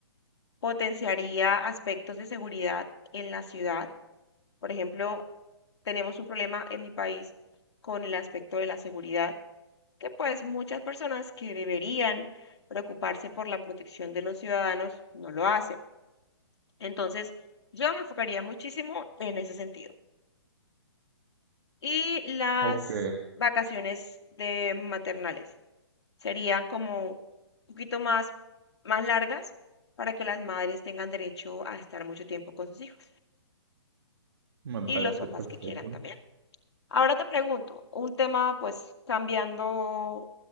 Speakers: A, on the left; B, on the right.
A: potenciaría aspectos de seguridad en la ciudad, por ejemplo, tenemos un problema en mi país con el aspecto de la seguridad, que pues muchas personas que deberían preocuparse por la protección de los ciudadanos no lo hacen. Entonces, yo me enfocaría muchísimo en ese sentido. Y las
B: Ok,
A: vacaciones de maternales serían como un poquito más, más largas para que las madres tengan derecho a estar mucho tiempo con sus hijos
B: me
A: y
B: parece
A: los papás
B: perfecto.
A: que quieran también. Ahora te pregunto, un tema pues cambiando